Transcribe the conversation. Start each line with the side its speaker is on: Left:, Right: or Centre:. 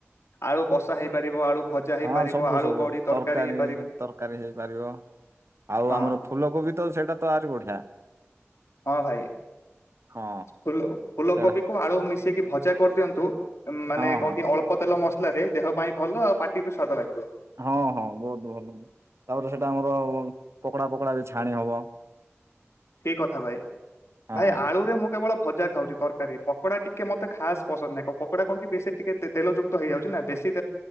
Left: ଆଳୁ କଷା ହେଇପାରିବ, ଆଳୁ ଭଜା ହେଇପାରିବ,
Right: ହଁ ସବୁ
Left: ଆଳୁ
Right: ସବୁ
Left: ବଡି ତରକାରୀ ହେଇ
Right: ତରକାରୀ ହେଇପାରିବ ଆଉ
Left: ହଁ
Right: ଆମର ଫୁଲ କୋବି ତ ସେଇଟା ତ ଆହୁରି ବଢିଆ।
Left: ହଁ ଭାଇ।
Right: ହଁ
Left: ଫୁ୍ଲୋ ଫୁଲକୋବି
Right: ସେଇଟା
Left: କୁ ଆଳୁ ମିଶେଇକି ଭଜା କରିଦିଅନ୍ତୁ, ମାନେ
Right: ହଁ
Left: କଣ
Right: ହଁ
Left: କି ଅଳ୍ପ ତେଲ ମ ସଲାରେ ଦେହ ପାଇଁ ଭଲ, ଆଉ ପାଟି କୁ ସ୍ୱାଦ ଲାଗିବ।
Right: ହଁ ହଁ ବହୁତ ଭଲ, ତାପରେ ସେଟା ଆମର ପକଡା ପକୋଡା ବି ଛାଣି ହବ।
Left: ଠିକ୍ କଥା ଭାଇ?
Right: ହଁ
Left: ଭାଇ ଆଳୁରେ ମୁଁ କେବଳ ଭଜା ଖାଉଚି ତରକାରୀ, ପକୋଡା ଟିକେ ମତେ ଖାସ୍ ପସନ୍ଦ ନାହିଁ, କ ପ କଡା କଣ କି ବେଶ ଟିକେ ତେଲଯୁକ୍ତ ହେଇଯାଉଚି ନା, ବେଶୀ ପ